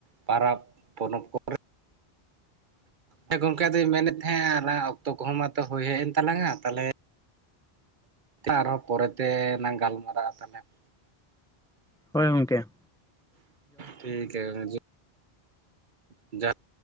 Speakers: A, on the right; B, in the centre.
A: ᱯᱟᱨᱟᱯ ᱯᱚᱱᱚᱵ ᱠᱚᱨᱮ ᱾ ᱦᱮᱸ ᱜᱚᱝᱠᱮ ᱟᱫᱩᱧ ᱢᱮᱱᱮᱫ ᱛᱟᱦᱮᱸᱟ ᱟᱞᱟᱝᱜᱼᱟ ᱚᱠᱛᱚ ᱠᱚᱦᱚᱸ ᱢᱟᱛᱚ ᱦᱳᱭ ᱦᱮᱡ ᱮᱱ ᱛᱟᱞᱟᱝᱼᱟ ᱛᱟᱞᱦᱮ ᱟᱨᱦᱚᱸ ᱯᱚᱨᱮᱛᱮ ᱞᱟᱝ ᱜᱟᱞᱢᱟᱨᱟᱜᱼᱟ ᱛᱟᱞᱦᱮ ᱾
B: ᱦᱳᱭ ᱜᱚᱝᱠᱮ ᱾
A: ᱴᱷᱤᱠ ᱜᱮᱭᱟ <inaudible> ᱡᱟ <inaudible>